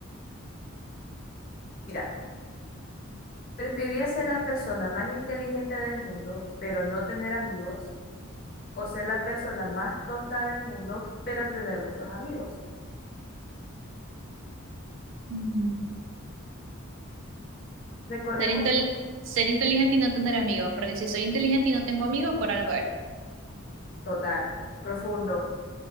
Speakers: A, on the left (about 40°); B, on the right (about 65°).
A: Mira, preferiría ser la persona más inteligente del mundo, pero no tener amigos, o ser la persona más tonta del mundo, pero tener muchos amigos.
B: Mm.
A: Recordemos
B: Ser, intel-
A: que,
B: ser inteligente y no tener amigos, porque si soy inteligente y no tengo amigos, por algo es.
A: total, profundo,